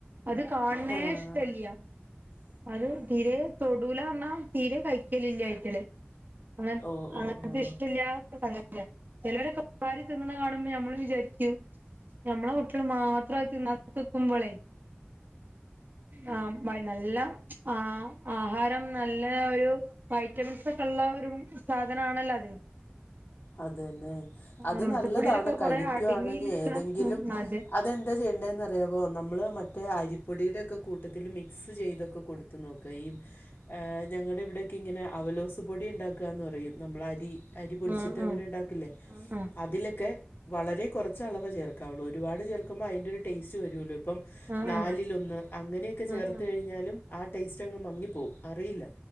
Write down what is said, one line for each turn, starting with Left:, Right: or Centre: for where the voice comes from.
Right: അത് കാണ്ണേ
Left: ആഹ്
Right: ഇഷ്ടല്ല അത് തീരേ തൊടൂലാറണാ തീരേ കഴിക്കലില്ല അയിറ്റള് അങ്ങന
Left: ഓഹ്
Right: അങ്ങനത്തെ
Left: ഓഹ് ഓഹ്
Right: ഇഷ്ടല്ല്യാ <unintelligible> ചേലോരൊക്കെ വാരി തിന്ന്ണ കാണുമ്പോ ഞമ്മളും വിചാരിക്കും ഞമ്മളെ കുട്ടിള് മാത്രം അത് തിന്നാത്ക്കുമ്പളേ ആഹ് ഭയ നല്ല ആഹ് ആഹാരം നല്ല ഒരു വൈറ്റമിൻസ് ഒക്കെള്ള ഒരു സാധനാണല്ലോ അത്
Left: അതന്നേ അത്
Right: അമൃതപ്പൊടിയിലൊക്കെ
Left: നല്ലതാണ് കഴിക്കുവാണെങ്ങി
Right: കൊറേ അടങ്ങി നിക്കണ
Left: ഏതെങ്കിലും
Right: ഉം അതെ
Left: അതെന്താ ചെയ്യേണ്ടന്ന് അതേപോ നമ്മള് മറ്റേ അരിപ്പൊടിയുടെക്കെ കൂട്ടത്തിൽ മിക്സ് ചെയ്തൊക്കെ കൊടുത്ത് നോക്ക ഈ ഏ ഞങ്ങൾടെ ഇവിടൊക്കെങ്ങനെ അവലോസ് പൊടി ഉണ്ടാക്കാന്ന് പറയും നമ്മൾ അരി അരി പൊടിച്ചിട്ട്
Right: ആ ആ
Left: ഡാകിലെ
Right: ആ ആ
Left: അതിലൊക്കെ വളരെ കുറച്ചളവ് ചേർക്കാവുള്ളൂ ഒരുപാട് ചേർക്കുമ്പോ അതിൻ്റെ ഒരു ടേസ്റ്റ് വരൂല്ലോ ഇപ്പം
Right: ആ ആ
Left: നാലിലൊന്ന് അങ്ങനെക്കെ ചേർത്ത്
Right: ആ ആ
Left: കഴിഞ്ഞാലും ആഹ് ടേസ്റ്റങ്ങ് മങ്ങിപ്പോകും അറിയില്ല